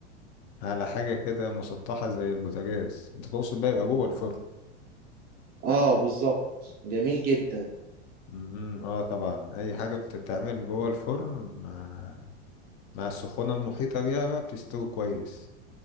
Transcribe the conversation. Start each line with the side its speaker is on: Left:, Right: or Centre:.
Left: على حاجة كده مسطحة زي البوتاجاز انت تقصد بقى يبقى جوه الفرن
Right: اه بالظبط جميل جدا
Left: مهم. اه طبعا اي حاجة بتتعمل جوه الفرن مع مع السخونة المحيطة بيها بقى بتستوي كويس